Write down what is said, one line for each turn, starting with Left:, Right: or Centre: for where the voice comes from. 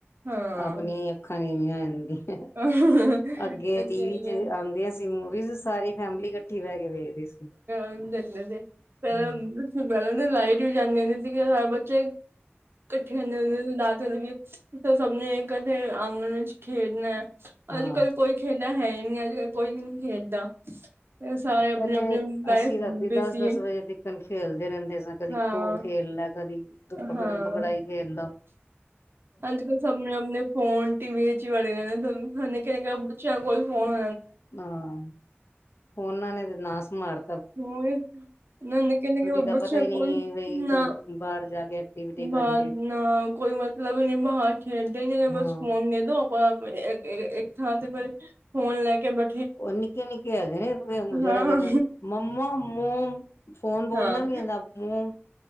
Right: ਹਾਂ
Left: ਆਪਣੀ ਇਕ ਅੱਖਾਂ ਨੀਵੀਆਂ ਹੋ ਜਾਂਦੀਆਂ ਹੈ, ਬਿਲਕੁਲ
Right: ਇਹ
Left: ਅੱਗੇ ਟੀਵੀ
Right: ਹੈ ਈ
Left: ਤੇ
Right: ਐ।
Left: ਆਂਦੀਆ ਸੀਂ ਮੂਵੀਜ਼ ਸਾਰੇ। ਫੈਮਲੀ ਇਕੱਠੀ ਬਹਿ ਕੇ ਵੇਖਦੇ ਸੀ।
Right: ਫਿਲਮ ਦੇਖ ਦੇ ਹੁੰਦੇ ਸੀ ਪਹਿਲਾਂ
Left: ਹਾਂ
Right: -ਪਹਿਲਾਂ ਤਾਂ ਲਾਈਟ ਵੀ ਜਾਂਦੀ ਹੁੰਦੀ ਸੀ, ਸਾਰੇ ਬੱਚੇ ਇਕੱਠੇ ਹੁੰਦੇ -ਹੁੰਦੇ ਸੀ ਰਾਤ ਨੂੰ ਵੀ ਫੇਰ ਸਭ ਨੇ ਇੱਕਠੇ ਆਂਗਣ ਵਿੱਚ ਖੇਡਣਾ।
Left: ਹਾਂ
Right: ਅੱਜ -ਕੱਲ ਕੋਈ ਖੇਡਦਾ ਹੈ ਹੀ ਨਹੀਂ ਅੱਜ -ਕੱਲ ਕੋਈ ਨਹੀਂ ਖੇਡਦਾ। ਸਾਰੇ ਆਪਣੇ
Left: ਪਹਿਲੇ
Right: ਆਪਣੇ ਲਾਈਫ
Left: ਅਸੀਂ ਰਾਤੀ
Right: ਬਿਜ਼ੀ
Left: ਦਸ- ਦਸ ਵਜੇ ਤਿਕਣ ਖੇਲਦੇ ਰਹਿੰਦੇ ਸਾਂ, ਕਦੀ
Right: ਹਾਂ
Left: ਖੋ ਖੇਲ ਲੈ ਕਦੀ ਤੂੰ ਪਕੜਨ
Right: ਹਾਂ
Left: ਪਕੜਾਈ ਖੇਲ ਲਾ।
Right: ਅੱਜ -ਕੱਲ੍ਹ ਸਭ ਆਪਣੇ ਆਪਣੇ ਫੋਨ ਟੀ ਵੀ ਚ ਹੀ ਵੜੇ ਰਹਿੰਦੇ ਨੇ ਫੇਰ ਨਿੱਕੇ -ਨਿੱਕੇ ਬੱਚੇ ਉਹ ਕੋਈ ਫੋਨ
Left: ਹਾਂ ਫੋਨਾਂ ਨੇ ਤੇ ਨਾਸ ਮਾਰ
Right: ਹੋ ਇਹ ਨਾ ਨਿੱਕੇ -ਨਿੱਕੇ
Left: ਦਾ
Right: ਬੱਚੇ
Left: ਪਤਾ ਹੀ ਨਹੀਂ
Right: ਕੋਈ
Left: ਬਈ
Right: ਨਾ
Left: ਕੋਈ ਬਾਹਰ ਜਾ ਕੇ ਐਕਟੀਵਿਟੀ ਕਰੀਏ
Right: ਬ ਨਾ ਕੋਈ। ਕੋਈ ਮਤਲਬ ਨਹੀਂ ਬਾਹਰ ਖੇਡਦੇ ਨਹੀਂ ਤੇ
Left: ਹਾਂ
Right: ਬਸ ਫੋਨ ਦੇ ਦੋ। ਆਪਾਂ ਫੇਰ ਇੱਕ ਥਾਂ ਤੇ ਫਿਰ ਫੋਨ ਲੈ ਕੇ ਬੈ
Left: ਉਹ ਨਿੱਕੇ- ਨਿੱਕੇ ਹੈਗੇ ਨੇ
Right: ਹਾਂ,
Left: ਜਰਾ -ਜਰਾ ਮੰਮਾ ਮੋਮ ਫੋਨ ਬੋਲਣਾ
Right: ਹਾਂ।
Left: ਨਹੀਂ ਆਂਦਾ ਮੋਮ